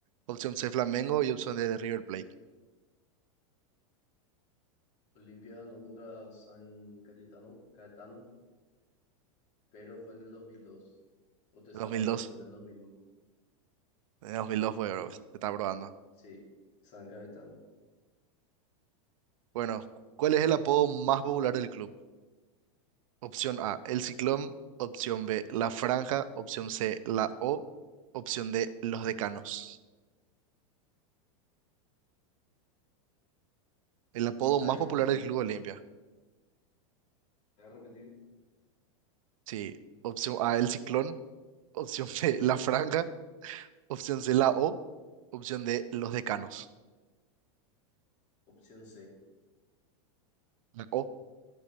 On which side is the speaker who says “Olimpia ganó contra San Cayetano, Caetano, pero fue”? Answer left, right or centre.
Left